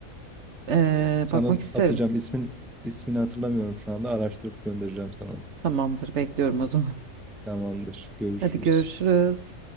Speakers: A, on the right; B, in the centre.
A: Ee,
B: Sana
A: bakmak isterim.
B: atacağım ismin ismini hatırlamıyorum şu anda. Araştırıp göndereceğim sana.
A: Tamamdır bekliyorum o zaman.
B: Tamamdır. Görüşürüz.
A: Hadi görüşürüz.